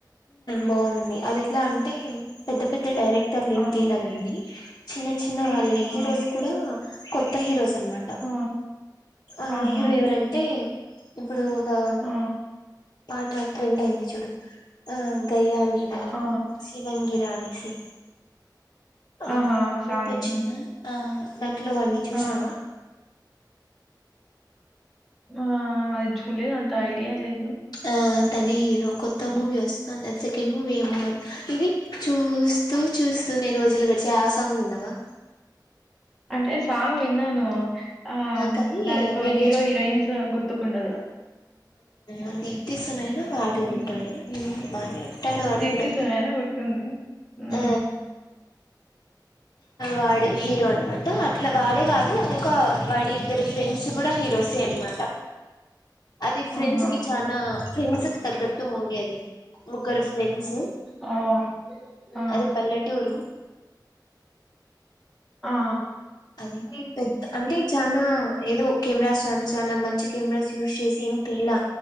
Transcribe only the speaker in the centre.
ఆ!
ఆ!
ఆ!
ఆహా!
ఆ!
ఆ!
ఆహా!
సాంగ్.
హ్మ్.
ఆ! ఆ అది చూడ లేదు అంత ఐడియా లేదు
హ్మ్.
అంటే సాంగ్ విన్నాను ఆ
దాంట్లో
హీరో హీరోయిన్స్ గుర్తుకు ఉండదు
హ్మ్.
'దీప్తి
సునేన' గుర్తుంది. హ్మ్.
ఆహా!
ఆ ఆ!
ఆ!